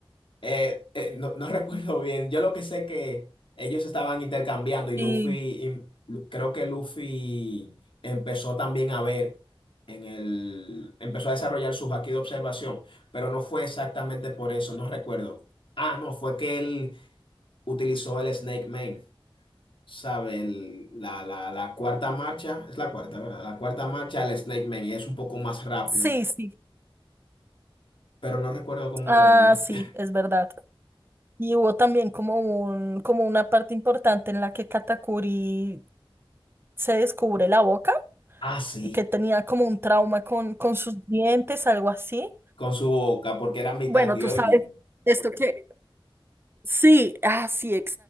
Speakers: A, on the left; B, on the right.
A: Eh, eh, no, no <laughs> recuerdo bien. Yo lo que sé que ellos estaban intercambiando y
B: Sí,
A: Luffy, y Lu- creo que Luffy empezó también a ver en el, empezó a desarrollar su haki de observación, pero no fue exactamente por eso, no recuerdo. Ah, no, fue que él utilizó el Snake Man, ¿sabe? El- la, la, la cuarta marcha, es la cuarta, ¿verdad? La cuarta marcha, el Snake Man, y es un poco más rápido,
B: sí, sí.
A: pero no recuerdo cómo
B: Ah,
A: termina.
B: sí,
A: <laughs>
B: es verdad. Y hubo también como un, como una parte importante en la que Katakuri se descubre la boca.
A: Ah, sí,
B: y que tenía como un trauma con, con sus dientes, algo así.
A: con su boca, porque era mitad
B: Bueno,
A: Gyojin.
B: tú sabes esto que... Sí, ah, sí,